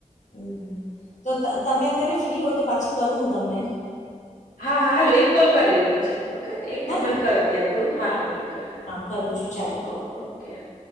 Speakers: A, on the left; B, on the left.
A: હમ તો તમે અત્યારે ફ્રી હો તો પાછી કરું હું તમને
B: હા હા હાલૂ એક કોલ કરી લે પછી. ઓકે એક
A: હે
B: મને
A: ને
B: કર અત્યારે તું હા હા એક કર હા
A: કરું છું ચાલો
B: ઓ ઓકે હા